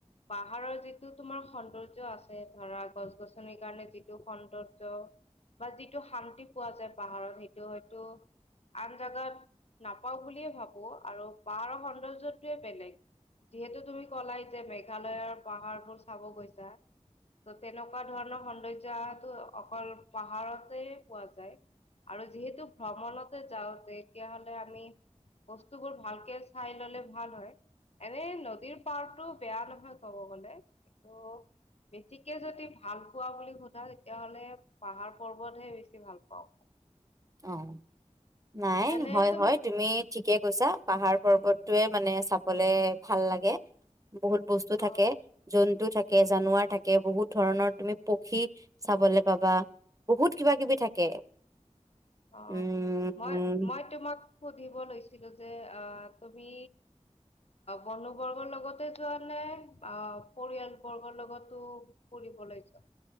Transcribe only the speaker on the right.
অঁ নাই
হয়
হয় তুমি ঠিকে কৈছা পাহাৰ পৰ্বতটোৱে মানে চাবলে ভাল লাগে বহুত বস্তু থাকে
জন্তু থাকে জানুৱাৰ থাকে বহুত ধৰণৰ তুমি পক্ষী চাবলৈ পাবা বহুত কিবা কিবি থাকে
উম